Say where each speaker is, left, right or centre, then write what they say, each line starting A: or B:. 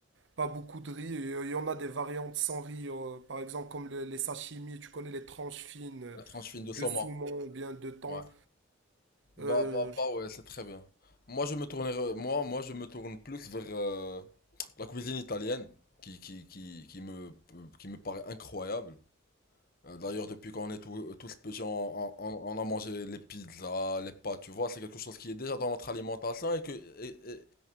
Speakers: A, on the right; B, on the left.
A: pas beaucoup de riz. Et, euh, Il y en a des variantes sans riz, euh, par exemple comme le- les sashimi, tu connais les tranches fines euh,
B: La tranche fine de
A: de
B: saumon.
A: saumon ou bien de thon.
B: Ouais. Bah,
A: Euh,
B: bah, bah, ouais, c'est très bien. Moi, je me tournerai, moi, moi, je me tourne plus vers euh, la cuisine italienne, qui, qui, qui, qui me, euh, qui me paraît incroyable. Euh, D'ailleurs, depuis qu'on est tous euh, tous petits, on, on- on- on a mangé les pizzas, les pâtes, tu vois, c'est quelque chose qui est déjà dans notre alimentation et que, et, et-